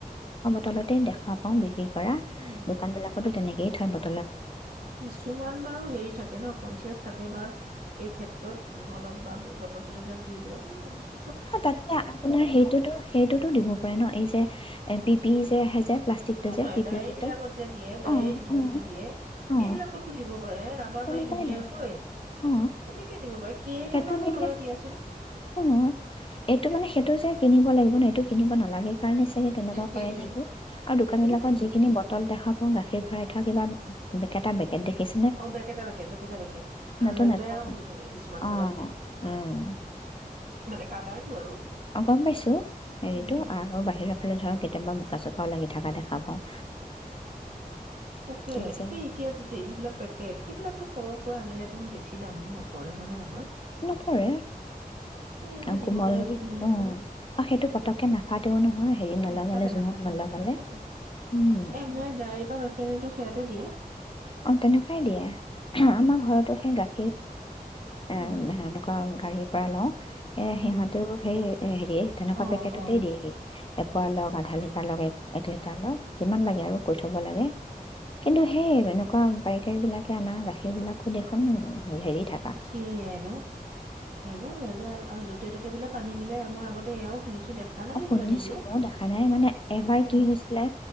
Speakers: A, on the left; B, on the right.
A: তলতে দেখুৱা পাওঁ বিশেষৈ কৰা
B: উম
A: দোকান বিলাকতো তেনেকেই থাই ব
B: কিছুমান বাৰু হেৰি থাকে ন কনচিয়াছ থাকে বা এই ক্ষেত্ৰত অলপ বা বটন চটন বিলাক ধুই পেলাই কি
A: তাতকে আপোনাৰ সেইটোতো সেইটোতো দিব পাৰে ন এই যে এফ পি যে আহে যে প্লাষ্টিকটো
B: কিয়নোৱাই
A: যে পি
B: ডায়েৰী
A: পি কিটত
B: বিলাকত যে দিয়ে ডায়েৰী
A: অ অ
B: যিটো দিয়ে
A: অ
B: সেইবিলাকতো দিব পাৰে ৰাবাৰ
A: তেনেকুৱাই
B: মাৰি ধুনীয়াকৈ
A: লাগে অ
B: তেনেকে দিব পাৰে কেই
A: সেইটো
B: টকানো
A: নিলে
B: লয় দিয়াচোন
A: অ এইটো মানে সেইটো যে কিনিব লাগিব আপোন এইটো কিনিব নালাগে কাৰণে চাগে তেনেকুৱা কৰে
B: সেইটোৱে
A: নেকি আৰু দোকান
B: সেইটোৱে
A: বিলাকত যিখিনি
B: সেইটোৱে
A: বটল দেখা পাওঁ গা <unintelligible> ভৰাই থোৱা কিবা বেকেটা বেকেট দেখিছ
B: অ', বেকেটা বেকেট, বেকেটা বেকেট, আৰু
A: নতুন
B: লেতেৰাও
A: এটাও নাই
B: হৈ থাকে কিছুমান
A: অঁ
B: চাবাচোন।
A: উম
B: মানে কালাৰটো আৰু
A: অ', গম পাইছো, হেৰিতো
B: উম
A: আৰু বাহিৰৰ ফালে ধৰ কেতিয়াবা বোকা চকা লাগি থকা দেখা পাওঁ।
B: তাকে
A: কি যে
B: সেই এতিয়া যি-যিবিলাক পেকেট সেইবিলাক সৰহকৈ আনিলেতো বেছি দামো নপৰে হয় নে নহয়?
A: নপৰে।
B: সেই ইয়াতে
A: আৰু
B: দিব
A: কোমল,
B: পাৰে কি ধুনীয়াকৈ
A: উম আৰু সেইটো পতককে নাফাতেও নহয় হেৰিত নলগালে,
B: নাফাতে
A: জুঙত
B: নাফাতে
A: নলগালে,
B: নাফাতে
A: উম।
B: এ মই ডায়েৰীৰ পৰা গাখীৰ আনিলো সেয়াতে দিয়ে।
A: অ', তেনেকুৱাই দিয়ে,
B: উম
A: আমাৰ ঘৰতো সেই গা <unintelligible>
B: উম
A: এ, সেনেকুৱা গাড়ীৰ পৰা লওঁ সেয়া সিহঁতেও,
B: উম
A: সেই এ, হেৰিয়ে তেনেকুৱা
B: অ
A: পেকেটতেই
B: অ
A: দিয়ে সি <unintelligible> <unintelligible> এক লিটাৰ <unintelligible> যিমান লাগে আৰু কৈ থব লাগে, কিন্তু সেই এনেকুৱা পাইকাৰীবিলাকে আনা গাখীৰবিলাকো দেখোন হেৰি থকা
B: সেয়াই ন', ভেজাল ভেজাল, আৰু য'তে ত'তে বোলে পানী মিলাই আৰু মই আগত <unintelligible> শুনিছো। দেখা নাই
A: অ',
B: যেনিবা
A: শুনিছো
B: নিজে
A: ময়ো দেখা নাই মানে, এবাৰ
B: অ
A: কি হৈছিলে,